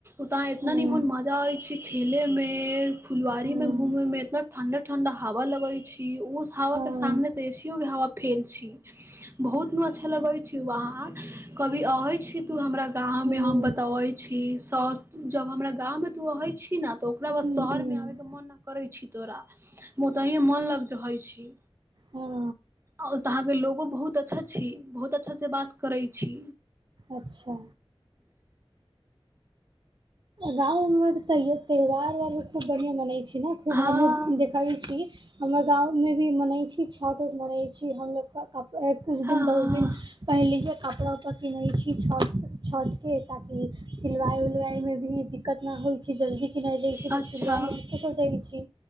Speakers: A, on the right; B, on the right.
A: उता इ एतना
B: हँ
A: नीमन भजा आय छै खेले मे में फुलवारी
B: हँ
A: में घूमे में इतना ठंडा ठंडा हवा लगे छी उस हवा
B: हँ
A: के सामने त एसीओ के हवा फेल छी बहुत न अच्छा लगे छी उवहा कभी अहय छी तू हमरा गाँव
B: हूँ
A: मे हम बतबै छी तऽ जब हमरा गाँव मे तू अहइ छी न तऽ ओकरा बाद
B: हूँ
A: शहर
B: हूँ
A: मे आबैके मन न करै छी तोरा ओ तहिए मन लग जाै छी
B: ह
A: ओ तऽ अहाँ के लोगो बहुत अच्छा छी बहुत अच्छा से बात करै छी
B: अच्छा गाँव मे तैयो त्यौहार आर खूब बढ़िआँ बनै छी ने खूब
A: हँ
B: हमहूँ देखैय छी हमर गाँवमे भी मनैत छी छठ उठ मनै छी हमलोगके कप ए कुछ
A: हँ
B: दिन दस दिन पहिलिए सँ कपड़ा उपड़ा किनै छी छट के ताकि सिलवाइ उलवाइ मे निही दिक्कत न होइत छै जल्दी किनय जाइ छै
A: अच्छा
B: सिलवा मे दिक्कत हो जाइ छी